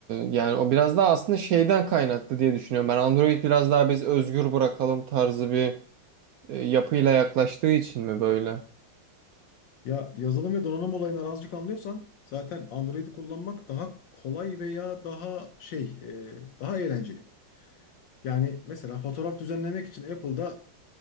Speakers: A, on the right (about 80°); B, on the left (about 65°).
A: yani o biraz daha aslında şeyden kaynaklı diye düşünüyorum. Ben Android biraz daha biz özgür bırakalım tarzı bir e, yapıyla yaklaştığı için mi böyle?
B: Ya yazılım ve donanım olayından azıcık anlıyorsan zaten Android'i kullanmak daha kolay veya daha şey e, daha eğlenceli. Yani mesela fotoğraf düzenlemek için Apple'da